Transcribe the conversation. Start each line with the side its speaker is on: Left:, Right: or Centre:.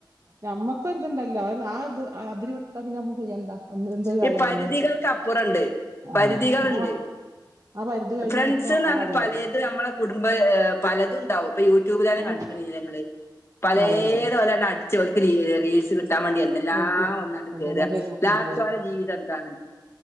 Right: നമ്മക്ക്, ഒര് ഇണ്ടല്ലോ അവര് ആ ഇത് അതിര് വിട്ട പിന്നെ നമ്മള് ചെയ്യണ്ട. എന്ത് കാര്യമാണെങ്കിലും
Left: ഈ, പരുത്തികൾക്കപ്പൂരമുണ്ട്
Right: ആഹ്
Left: പരുതികളുണ്ട്.
Right: ആഹ് ആ പരിധി കഴിഞ്ഞാ
Left: ഫ്രണ്ട്സ്ന്ന്,
Right: നമുക്ക് നോക്കാം
Left: പറഞ്ഞാൽ
Right: അറിയാലോ
Left: പലത് നമ്മളെ കുടുംബ പലത്ണ്ടാകും ഇപ്പൊ യൂട്യൂബിലരെ
Right: ആഹ്
Left: കണ്ടി നിലങ്ങള് പലത്
Right: അതെ അതെ
Left: ഓല്ലേ ആടിച്ച് ഓടി റീല്, റീൽസ് കിട്ടാൻ വേണ്ടി എന്തെല്ലാം
Right: അതെ
Left: ഒന്നാണ്ട്
Right: എന്തെല്ലാം
Left: കേറാം
Right: ചെയ്തു കൂട്ടണ്
Left: ലാസ്റ്റ് ഓല്ലേ ജീവിതം എന്താണ്.